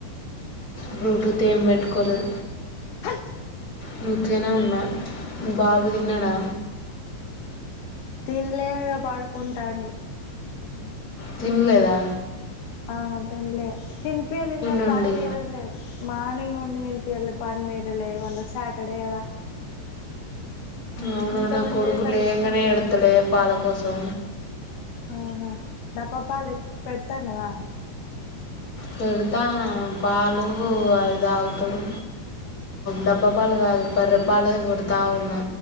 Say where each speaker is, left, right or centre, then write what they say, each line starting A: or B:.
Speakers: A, on the left; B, on the left.
A: బ్లూటూత్ ఏం పెట్టుకోలేదు
B: అ
A: నే ఉత్తిగనే ఉన్నా బాబు తిన్నడా
B: తిన్లే ఇగ పడుకుంటాండు
A: తిన్లేదా
B: ఆ తిన్లే తిన్పియలే నాకు
A: నుండి
B: పని తీరలే మార్నింగ్ ను నుండి తిన్పియలే పని తీరలే ఇవ్వాళ సాటర్డే కదా
A: అవును
B: ఇంత
A: నా
B: మందే
A: కొడుకు
B: తలస్నానం
A: లేయంగానే ఎడుత్తడె
B: చేసి
A: పాల కోసం
B: ఆహా డబ్బా పాలు పెడతాన్నవా
A: పెడతాన పాలు అవి తాగుతడు డబ్బా పాలు కాదు బర్రె పాలు పెడతా ఉన్నా